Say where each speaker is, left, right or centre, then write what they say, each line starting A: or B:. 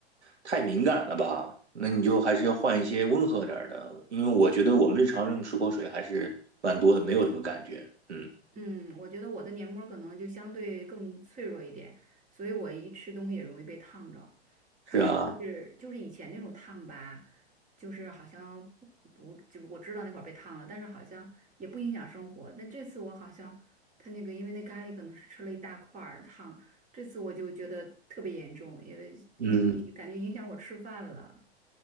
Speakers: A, on the right (about 80°); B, on the right (about 25°).
A: 太敏感了吧？那你就还是要换一些温和点儿的，因为我觉得我们日常用漱口水还是蛮多的，没有什么感觉。嗯，
B: 嗯，我觉得我的黏膜儿可能就相对更脆弱一点，所以我一吃东西也容易被烫着。看来就是就是以前那种烫吧，
A: 是啊，
B: 就是好像不不，就是我知道那会儿被烫了，但是好像也不影响生活。但这次我好像他那个，因为那咖喱可能是吃了一大块儿烫，这次我就觉得特别严重，因为因为感觉影响我吃饭了。
A: 嗯。